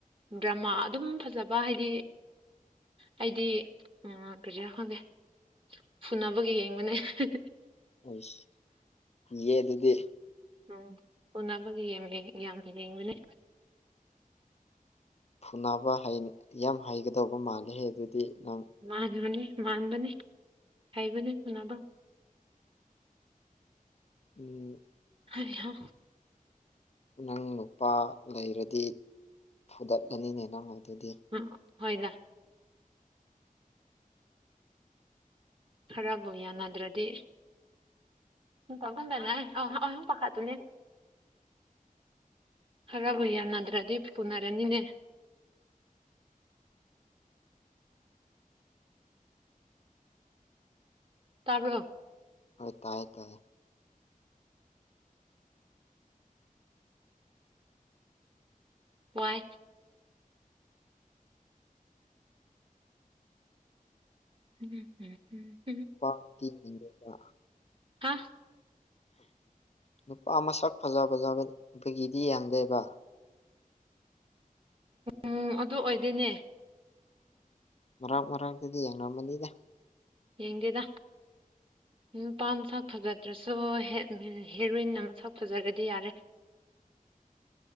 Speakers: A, on the right (about 35°); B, on the left (about 45°).
A: ꯗ꯭ꯔꯃꯥ ꯑꯗꯨꯝ ꯐꯖꯕ ꯍꯥꯏꯗꯤ ꯍꯥꯏꯗꯤ ꯎꯝ ꯀꯔꯤꯔ ꯈꯪꯗꯦ ꯐꯨꯅꯕꯒꯤ ꯌꯦꯡꯕꯅꯦ ꯍꯦꯍꯦ
B: ꯑꯁ ꯀꯤꯌꯦ ꯑꯗꯨꯗꯤ
A: ꯎꯝ ꯐꯨꯅꯕꯒꯤ ꯌꯦꯡꯏ ꯌꯥꯝ ꯌꯦꯡꯕꯅꯦ
B: ꯐꯨꯅꯕ ꯍꯩ ꯌꯥꯝ ꯍꯩꯒꯗꯧꯕ ꯃꯥꯜꯂꯦ ꯍꯦ ꯑꯗꯨꯗꯤ ꯅꯪ
A: ꯃꯥꯟꯕꯅꯤ ꯃꯥꯟꯕꯅꯤ ꯍꯩꯕꯅꯤ ꯐꯨꯅꯕ
B: ꯎꯝ
A: ꯍꯩ ꯍꯥ
B: ꯅꯪ ꯅꯨꯨꯄꯥ ꯂꯩꯔꯗꯤ ꯐꯨꯗꯠꯂꯅꯤꯅꯦ ꯅꯪ ꯑꯗꯨꯗꯤ
A: ꯎꯝ ꯍꯣꯏꯗ ꯈꯥꯔꯕꯨ ꯌꯥꯅꯗ꯭ꯔꯗꯤ <unintelligible> ꯑꯥ ꯑꯥ ꯄꯈꯠꯄꯅꯦ ꯈꯥꯔꯕꯨ ꯌꯥꯅꯗ꯭ꯔꯗꯤ ꯐꯨꯟꯅꯔꯅꯤꯅꯦ ꯇꯕ꯭ꯔꯣ
B: ꯑꯥ ꯇꯥꯏ ꯇꯥꯏ
A: ꯋꯥꯏ ꯍꯝ ꯍꯝ ꯍꯝ
B: ꯅꯨꯄꯥꯒꯤꯗꯤ ꯌꯦꯡꯗꯦꯕ
A: ꯍꯥꯥ
B: ꯅꯨꯄꯥ ꯃꯁꯛ ꯐꯖꯕ ꯌꯥꯎꯔ ꯅꯨꯄꯤꯒꯤꯗꯤ ꯌꯥꯝꯗꯦꯕ
A: ꯎꯝ ꯑꯗꯨ ꯑꯣꯏꯗꯣꯏꯅꯦ
B: ꯃꯔꯛ ꯃꯔꯛꯇꯗꯤ ꯌꯦꯡꯉꯝꯃꯅꯤꯗ
A: ꯌꯦꯡꯗꯦꯗ ꯅꯨꯄꯥꯝ ꯃꯁꯛ ꯐꯖꯗ꯭ꯔꯁꯨ ꯍꯦ ꯍꯦꯔꯣꯏꯟ ꯃꯁꯛ ꯐꯖꯔꯗꯤ ꯌꯥꯔꯦ